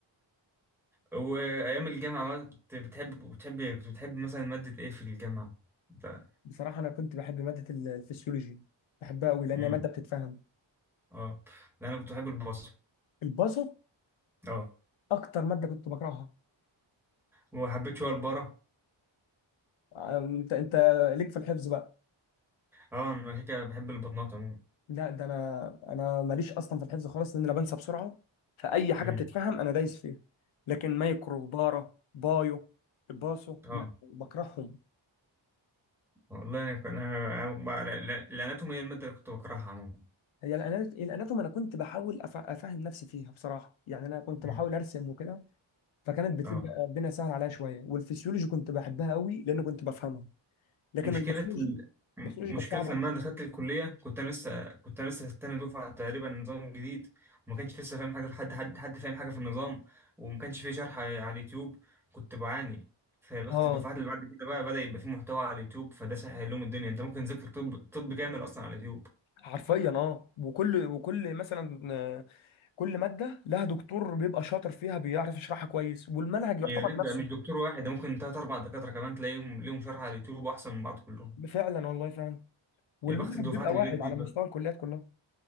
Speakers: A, in the centre; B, on the left.
A: وايام الجامعه بقى كنت بتحب بتحب كنت بتحب مثلا ماده ايه في الجامعه؟ انت
B: بصراحة أنا كنت بحب مادة ال- الفسيولوجي بحبها أوي لأن
A: امم
B: هي مادة بتتفهم
A: اه لا انا كنت بحب البصر
B: الباصو
A: اه
B: أكتر مادة كنت بكرهها
A: وحبيت شويه البره
B: أنت أنت ليك في الحفظ بقى
A: اه انا كده كده بحب البطنات عموما
B: لا ده أنا أنا ماليش أصلا في الحفظ خالص لأن أنا بنسى بسرعة فأي حاجة
A: امم
B: بتتفهم أنا دايس فيها لكن مايكرو بارا بايو باصو ما-
A: اه
B: بكرههم
A: والله انا كان- انا أنا بقى- لا- لا- الاناتومي هي الماده اللي كنت بكرهها عموما
B: هي الأنا- الأناتوم أنا كنت بحاول أف- أفهم نفسي فيها بصراحة يعني أنا كنت
A: امم
B: بحاول أرسم وكده فكانت بتبقى
A: اه
B: الدنيا سهلة عليا شوية والفسيولوجي كنت بحبها أوي لأن كنت بفهمها لكن
A: مشكله
B: الباثولوجي
A: ال... م-
B: الباثولوجي كانت
A: مشكله
B: صعبه
A: لما انا دخلت الكليه كنت انا لسه كنت انا لسه تاني دفعه تقريبا نظام جديد وما كانش لسه فاهم حاجه في حد حد حد فاهم حاجه في النظام وما كانش فيه شرح على على اليوتيوب كنت بعاني فبخت
B: اه
A: الدفعات اللي بعد كده بقى بدأ يبقى فيه محتوى على اليوتيوب فده سهل لهم الدنيا انت ممكن تذاكر طب طب كامل اصلا على اليوتيوب
B: حرفيا اه وكل وكل مثلا آه، كل ماده لها دكتور بيبقى شاطر فيها بيعرف يشرحها كويس والمنهج يعتبر
A: يا ريت
B: نفسه
A: ده مش دكتور واحد ده ممكن تلات أربع دكاترة كمان تلاقيهم ليهم شرح على اليوتيوب أحسن من بعض كلهم
B: فعلا والله فعلا والمنهج
A: يا بخت الدفعات
B: بيبقى
A: اللي
B: واحد
A: جه جديد
B: على مستوى
A: بقى
B: الكليات كلها